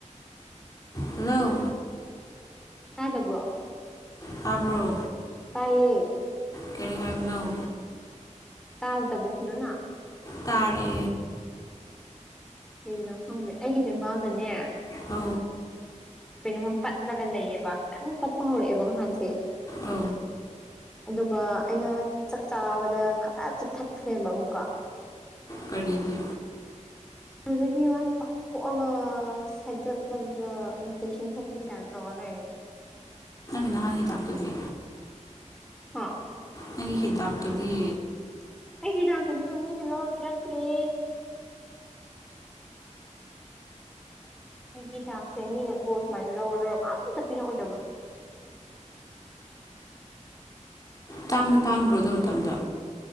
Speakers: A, on the left (about 30°); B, in the centre.
A: ꯍꯜꯂꯣ
B: ꯇꯥꯗꯕ꯭ꯔꯣ
A: ꯇꯥꯕ꯭ꯔꯣ
B: ꯇꯥꯏꯌꯦ
A: ꯀꯔꯤ ꯍꯥꯏꯃꯤꯅꯧ
B: ꯇꯥꯕꯗꯕ꯭ꯔꯣ ꯐꯖꯅ
A: ꯇꯥꯔꯦ
B: ꯀꯩꯒꯤꯅꯣ ꯈꯪꯗꯦ ꯑꯩꯒꯤꯁꯨꯦ ꯏꯝꯕꯥꯜꯗꯅꯦ
A: ꯑ
B: ꯀꯩꯅꯣꯃ ꯄꯠꯂꯒ ꯂꯩꯌꯦꯕ ꯈꯤꯇꯪ ꯄꯠꯄ ꯍꯧꯔꯛꯑꯦꯕ ꯉꯍꯥꯟꯁꯦ
A: ꯑ
B: ꯑꯗꯨꯒ ꯑꯩꯅ ꯆꯥꯛ ꯆꯥꯕꯗ ꯈꯔ ꯆꯤꯛꯊꯠꯈ꯭ꯔꯦꯕ ꯑꯃꯨꯛꯀꯣ
A: ꯀꯔꯤꯒꯤ
B: ꯑꯗꯒꯤ ꯋꯥ ꯄ ꯊꯣꯛꯑꯒ ꯁꯥꯏꯗꯠꯂꯒ ꯏꯟꯐꯦꯛꯁꯟ ꯊꯣꯛꯄꯅꯤ ꯀꯥꯏꯅ ꯇꯧꯔ ꯂꯩꯔꯦꯕ
A: ꯅꯅꯥ ꯍ ꯇꯥꯛꯄꯒ
B: ꯍꯥ
A: ꯅꯪꯒꯤ ꯍꯤꯗꯥꯛꯇꯨꯗꯤ
B: ꯑꯩꯒꯤ ꯍꯤꯗꯥꯛꯇꯣ ꯃꯤꯃꯝ ꯃꯤꯅ ꯂꯧꯔ ꯄꯤꯔꯛꯇ꯭ꯔꯦ ꯑꯩꯒꯤ ꯗꯥꯛꯁꯦ ꯃꯤꯅꯀꯣ ꯁꯨꯃꯥꯏꯅ ꯂꯧꯔ ꯂꯧꯔ ꯑꯝꯇ ꯄꯤꯔꯛꯑꯣꯏꯗꯕ
A: ꯇꯥꯡꯗꯤ ꯇꯥꯡꯕ꯭ꯔꯣ ꯑꯗꯨ ꯃꯇꯝꯗꯣ